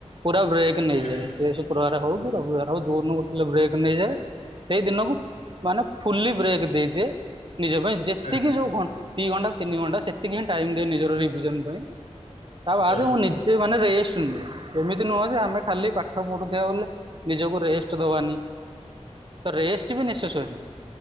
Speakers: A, on the right; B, on the left.
A: ପୁରା ବ୍ରେକ୍ ନେଇଯାଏ।
B: ଆଜ୍ଞା ହଁ
A: ସେ ଶୁକ୍ରବାର ହଉ କି ରବିବାର ହଉ ଯୋଉଦିନ ଗୋଟେ ହେଲେ ବ୍ରେକ୍ ନେଇଯାଏ। ସେଇ ଦିନକୁ ମାନେ ଫୁଲି ବ୍ରେକ୍ ଦେଇଦିଏ ନିଜ ପାଇଁ ଯେତିକି
B: ଆଜ୍ଞା
A: ଯୋଉ ଘନ ଦି ଘଣ୍ଟା, ତିନି ଘଣ୍ଟା ସେତିକି ହିଁ ଟାଇମ ଦିଏ ନିଜର ରିଭିଜନ ପାଇଁ। ତା ବାଦେ
B: ହଁ
A: ମୁଁ ନି ସିଏ ମାନେ ରେଷ୍ଟ ନିଏ ଏମିତି ନୁହଁ ଯେ ଆମେ ଖାଲି ପାଠ ପଢୁଥିବା ବୋଲି ନିଜକୁ ରେଷ୍ଟ ଦବାନି। ତ ରେଷ୍ଟ ବି ନେସେସରି।